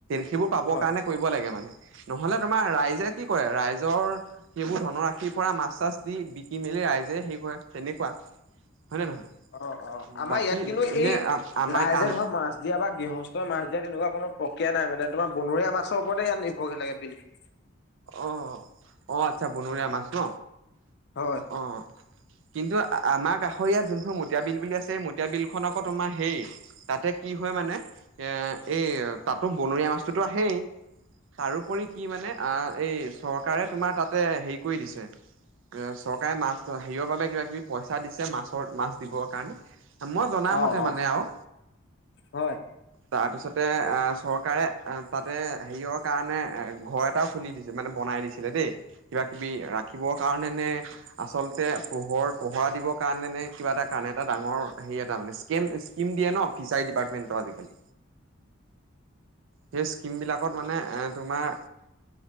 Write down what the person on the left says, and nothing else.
হয়।
অ', অ', আমাৰ
ইয়াত কিন্তু
এই
ৰাইজে
ধৰ মাছ কেতিয়া গৃহস্থ মাছ দিয়া তেনেকুৱা কোনো প্ৰক্ৰিয়া নাই মানে তোমাৰ বনৰীয়া মাছৰ ওপৰতে ইয়াত নিৰ্ভৰশীল লাগে বিল খিন।
হয়, হয়।
অ অ
হয়
<unintelligible>